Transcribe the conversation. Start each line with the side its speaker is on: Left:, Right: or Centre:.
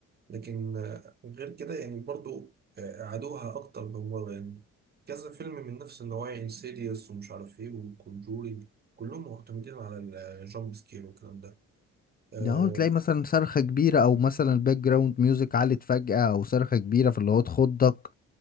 Right: لكن آه، غير كده يعني برضو آه، عادوها أكتر من مرة يعني كذا فيلم من نفس النوعية انسيديوس ومش عارف إيه وكونجورينج كلهم معتمدين على الجامب سكير والكلام ده آه،
Left: اه تلاقي مثلا صرخة كبيرة او مثلا الباك جراوند ميوزك علت فجأة او صرخة كبيرة فاللي هو تخضك